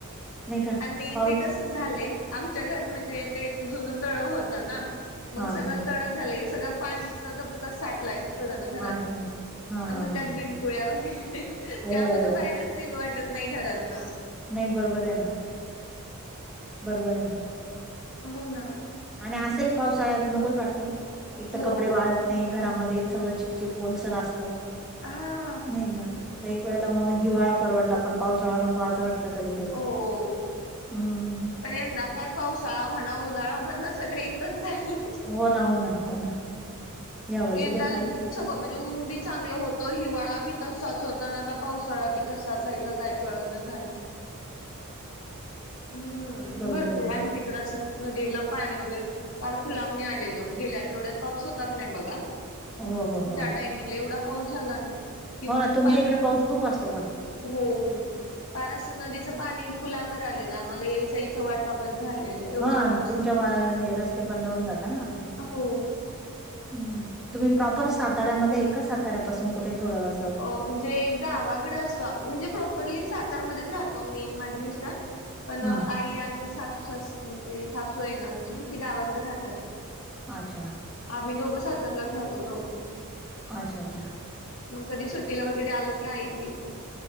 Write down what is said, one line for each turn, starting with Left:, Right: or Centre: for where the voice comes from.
Centre: नाही का?
Left: आणि
Centre: पाऊस
Left: ते कस झालंय आमच्या घर म्हणजे ते जुन तळ होत ना मग
Centre: हां,
Left: सगळं
Centre: हां, हां.
Left: तळस झालं सगळं पाणीचा धबका साठलाय घराच्या
Centre: आठ महिने. हां,
Left: मग
Centre: हां, हां.
Left: त्यात ब कळ्या वगैरे
Centre: हो.
Left: त्या म तो बाहेरच निघ वाटत नाही घरातन
Centre: नाही बरोबर आहे ना बरोबर आहे ना.
Left: हो ना
Centre: आणि असंही पावसाळ्यात नकोच वाटतं, एक तर
Left: हो
Centre: कपडे वाळत नाही घरामध्ये सगळं चिकचिक ओलसर असतं
Left: हा
Centre: नाही ग एक वेळेला मग हिवाळा परवडला आपण पाऊससाळा नको असं वाटत कधी कधी
Left: हो
Centre: हम्म
Left: पण यंदा काय पावसाळा म्हणा उन्हाळा म्हणा सगळ एकच झालं
Centre: हो- ना हो -ना हो -ना यावर्षी
Left: एनं
Centre: काही
Left: दान
Centre: पाहिजे असतं.
Left: सुगो मं ऊन पण चांगलं होत, हिवाळा पण तसाच होता. आणि आता पावसाळा पण तसाच आहे. का? काय? कळेना झालं? हम्म
Centre: बरोबर
Left: भरपूर
Centre: आहे ना.
Left: आमच्या इकडं असून नदीला पाणी वगैरे फार पुलावरुन आलेलं., गेल्या आठवड्यात पाऊस होता का नाही बघा?
Centre: हो, हो, हो.
Left: त्या वेळेला एवढा पाऊस झाला ना कि
Centre: हो ना, तुमच्या
Left: फार
Centre: इकडे पाऊस खूप असतो पण.
Left: हो- हो खुप असं नदीचं पाणी पुलावर आलेलं आम्हाला या -जायच्या वाट- बंद झालेली एवढा
Centre: हा
Left: पाऊस
Centre: तुमच्या
Left: झालेला.
Centre: वा हे रस्ते ते बंद होऊन जातात ना अगदी
Left: हो-
Centre: हम, तुम्ही मूळचे साताऱ्यामध्ये ए... का? साताऱ्यापासून कुठे थोडं.. असं
Left: अ म्हणजे गावाकडे असतो., म्हणजे मुळात सातारमध्येच राहतो मीआणि माझे मिस्टर पण
Centre: हं.
Left: आई आणि सासू, सास म्हणजे सासू आहे ना आमची? गावाकडे राहतात.
Centre: अच्छा,
Left: आम्ही दोघं सातरलाच राहतो प्रॉपरली.
Centre: अच्छा अच्छा.
Left: मग कधी सुट्टीला वगैरे आलो की आई इकडे येतो.